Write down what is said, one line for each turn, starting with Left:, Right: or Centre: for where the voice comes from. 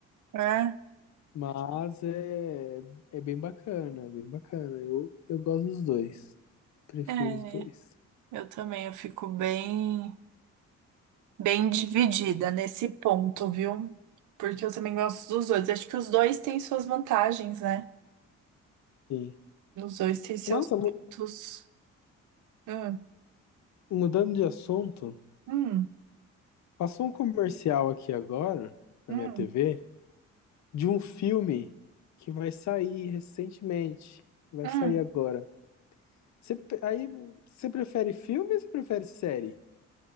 Right: É,
Left: Mas é, é bem bacana, é bem bacana. Eu, eu gosto dos dois. Prefiro
Right: é,
Left: os dois.
Right: eu também, eu fico bem. bem dividida nesse ponto, viu? Porque eu também gosto dos dois. Acho que os dois têm suas vantagens, né?
Left: Sim.
Right: Os dois têm seus
Left: Nossa,
Right: pontos.
Left: mu-
Right: Hum,
Left: mudando de assunto,
Right: hum,
Left: passou um comercial aqui agora na
Right: hum,
Left: minha TV. de um filme que vai sair recentemente, que vai
Right: hum.
Left: sair agora. Você, aí, você prefere filme ou você prefere série?